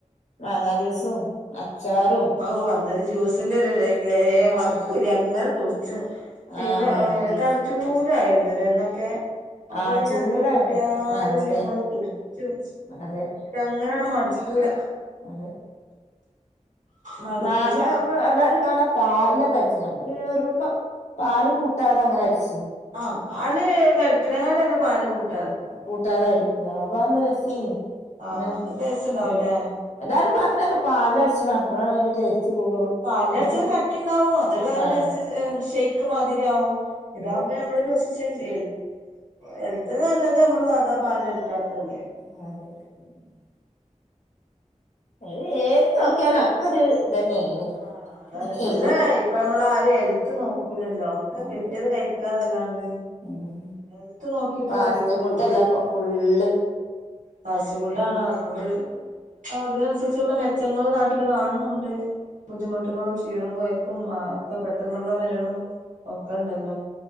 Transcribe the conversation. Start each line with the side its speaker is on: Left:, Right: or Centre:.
Left: മാങ്ങാ ജ്യൂസും അച്ചാറും
Right: ഓഹ് അന്നൊരു ജ്യൂസിന്റെ ഇല്ലേ മടക്കൂല അങ്ങനെ കുടിച്ചും <unintelligible>
Left: ആഹ് ജ്യൂസ്
Right: ചൂടാരുന്നല്ലേ അന്നൊക്കെ അപ്പോ
Left: ആഹ്
Right: പിന്നെ
Left: ചൂടായിരുന്നു
Right: എത്ര കിട്ടിയാലും
Left: ആഹ് അതെ
Right: ഞമ്മള്ത് കുടിച്ചും
Left: അതെ
Right: അങ്ങനങ്ങട്ട് മടുക്കൂലാ
Left: അതെ
Right: മടുക്കൂല
Left: മാങ്ങ <unintelligible> എല്ലാരും കാണാം പാലിലൊക്കെ അടിച്ച് ഞമ്മള് വെറും പ പാല് കൂട്ടാതെ അങ്ങനെ അടിച്ച്
Right: ആഹ് പാല് കടിക്കണങ്ങാട്ന്നെ പാല് കൂട്
Left: കൂട്ടാതെ അടി ആഹ് അപ്പാന്നെ രസി
Right: ആഹ്
Left: അങ്ങനെ
Right: അത് ടേസ്റ്റ്
Left: <unintelligible>
Right: ഉണ്ടാവൂലേ
Left: എല്ലാരും പറഞ്ഞ് കേക്കാ പാലില് അടിച്ചണം അപ്പോഴാണ് അയിന്റെ ടേസ്റ്റ് കൂടുള്ളൂ
Right: പാലിലടിച്ചാ
Left: അതാവുമ്പോ
Right: ഒരു കട്ടിണ്ടാവും അതൊരു വേറെ
Left: ആഹ്
Right: ടെസ്റ്റ്‌ ഏഹ് ഷെയ്ക്ക് മാതിരിയാവും
Left: അതെ
Right: ഇതാമ്പോ ഞമ്മള് ലൂസിച്ച് <unintelligible> അത് ഹെൽത്ത് നല്ലത് നമ്മള് സാധാ പാൽല് അടിക്കാത്തതല്ലേ
Left: അതെ അതെ <inaudible> അത് ഏത് നോക്കിയാലും ഒക്കെരു ഇതന്നെണ്
Right: ആഹ് അതാണ് ഇപ്പത്തെ
Left: എല്ലപ്പോ
Right: ഇപ്പ നമ്മള് ആരും ഹെൽത്ത് നോക്കൂലല്ലോ ഒക്കെ
Left: അതെ
Right: കെട്ടിയത് കഴിക്കാന്നല്ലാണ്ട്
Left: ഉം
Right: ഹെൽത്ത് നോക്കിട്ട്ള്ള
Left: ഫാസ്റ്റ്
Right: പരിപാടില്ല
Left: ഫുഡല്ല ഇപ്പൊ ഫുള്ള്
Right: ഫാസ്റ്റ് ഫുഡാണ്
Left: ഫുള്ള്
Right: അതുകൊണ്ട് അതിനനുസരിച്ചുള്ള മെച്ചങ്ങള് നാട്ടില് കാണുണുണ്ട് ബുദ്ധിമുട്ടുകളും ക്ഷീണോം കൊയക്കും ആഹ് ഒക്കെ പെട്ടെന്നുള്ള മരണോം ഒക്കെണ്ടല്ലോ